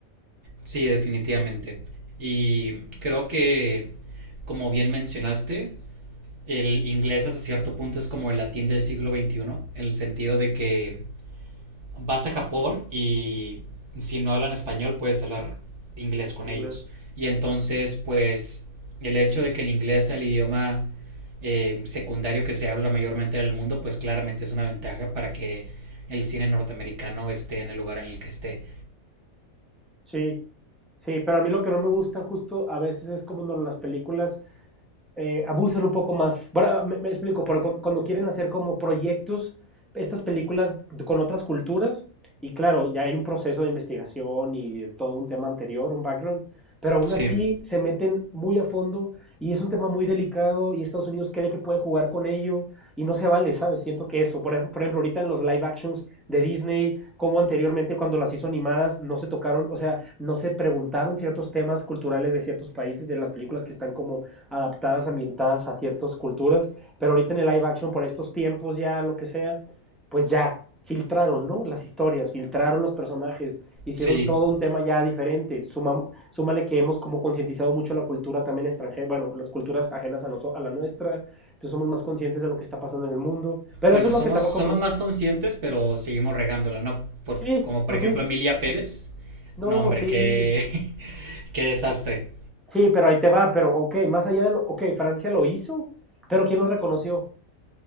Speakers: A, on the right (about 60°); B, in the centre.
A: sí, definitivamente. Y creo que, como bien mencionaste, el inglés hasta cierto punto es como el latín del siglo XXI, en el sentido de que vas a Japón y si no hablan español puedes hablar inglés con
B: Inglés.
A: ellos. Y entonces, pues, el hecho de que el inglés sea el idioma eh, secundario que se habla mayormente en el mundo, pues claramente es una ventaja para que el cine norteamericano esté en el lugar en el que esté.
B: Sí, sí, pero a mí lo que no me gusta justo a veces es como en las películas eh, abusan un poco más. Bueno, me, me explico, pero cu- cuando quieren hacer como proyectos, estas películas con otras culturas, y claro, ya hay un proceso de investigación y todo un tema anterior, un background, pero aún
A: Sí,
B: así se meten muy a fondo y es un tema muy delicado y Estados Unidos cree que puede jugar con ello y no se vale, ¿sabes? Siento que eso, por ejemplo, por ejemplo, ahorita en los live actions de Disney, como anteriormente cuando las hizo animadas, no se tocaron, o sea, no se preguntaron ciertos temas culturales de ciertos países, de las películas que están como adaptadas, ambientadas a ciertas culturas, pero ahorita en el live action, por estos tiempos ya, lo que sea, pues ya filtraron, ¿no? Las historias, filtraron los personajes, hicieron
A: sí.
B: todo un tema ya diferente. Suma- súmale que hemos como concientizado mucho la cultura también extranjera, bueno, las culturas ajenas a, noso- a la nuestra, entonces somos más conscientes de lo que está pasando en el mundo, pero
A: Bueno,
B: eso es
A: somos,
B: lo que tampoco
A: somos
B: me gusta.
A: más conscientes, pero seguimos regándola, ¿no? Por,
B: Sí,
A: como
B: pues
A: por ejemplo
B: sí,
A: Emilia Pérez.
B: no,
A: No, hombre,
B: sí,
A: qué, <laughs> qué desastre.
B: sí, pero ahí te va, pero ok, más allá de lo, ok, Francia lo hizo, pero ¿quién lo reconoció?